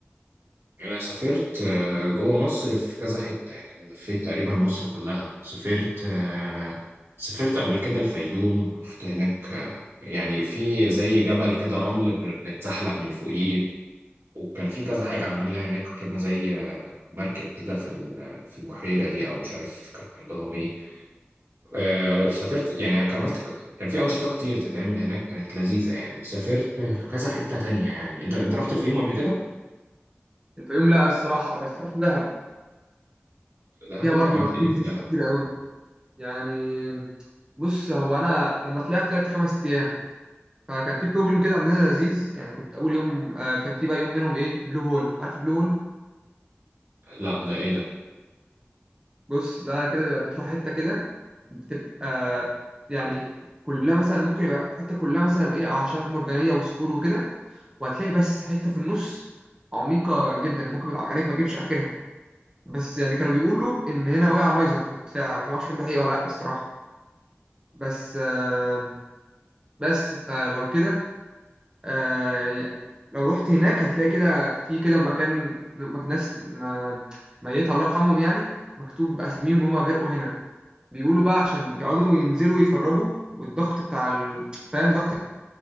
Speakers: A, on the right; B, on the right.
A: انا سافرت آه، جوه مصر في كذا حتة يعني انا لفيت تقريبا مصر كلها سافرت آه، سافرت قبل كده الفيوم رحت هناك آه، يعني في زي جبل كده رمل بن- بنتزحلق من فوقيه وكان في كذا حاجة عملناها هناك ركبنا زي مركب كده في ال- في البحيرة دي أو مش عارف كان عندهم إيه آه، سافرت يعني عملت كان في أنشطة كتير تتعمل هناك كانت لذيذة يعني سافرت في كذا حتة تانية يعني أنت أنت رحت الفيوم قبل كده؟
B: الفيوم لا الصراحة بس رحت دهب
A: دهب
B: فيها برضو
A: عملت
B: اكتيفيتيز
A: ايه في دهب
B: كتير قوي يعني بص هو انا لما طلعت طلعت خمس ايام فكان في بروجرام كده عندنا لذيذ يعني كنت اول يوم آه كان في بقى يوم منهم ايه بلو هول عارف بلو هول
A: لا ده ايه ده
B: بص ده كده بيبقى بتروح حتة كده بتبقى يعني كلها مثلا ممكن يبقى حتة كلها مثلا ايه أعشاب مرجانية وصخور وكده وهتلاقي بس حتة في النص عميقة جدا ممكن يبقى عينيك ما تجيبش آخرها بس يعني كانوا بيقولوا إن هنا وقع نايزك وبتاع بس ما اعرفش الكلام ده حقيقة ولا لأ الصراحة بس آه بس فلو كده آه يعني لو رحت هناك هتلاقي كده في كده مكان مك- ناس ما ميت الله يرحمهم يعني مكتوب أساميهم هما غرقوا هنا بيقولوا بقى عشان بيقعدوا ينزلوا يتفرجوا والضغط بتاع ال... فاهم ضغط